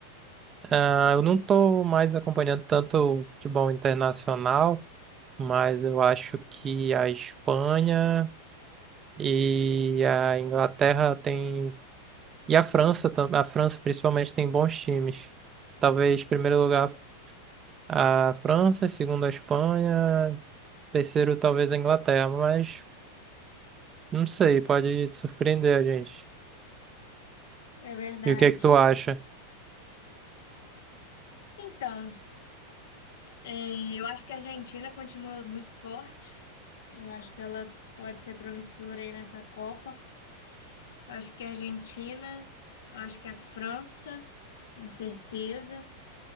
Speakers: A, on the right; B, on the left.
A: Ah, eu não tô mais acompanhando tanto o futebol internacional, mas eu acho que a Espanha e a Inglaterra têm. E a França, tam- a França principalmente tem bons times. Talvez, em primeiro lugar. A França, segundo a Espanha, terceiro talvez a Inglaterra, mas não sei, pode surpreender a gente.
B: É verdade.
A: E o que é que tu acha?
B: Então, eh, eu acho que a Argentina continua muito forte. Eu acho que ela pode ser promissora aí nessa Copa. Eu acho que a Argentina, eu acho que a França, com certeza.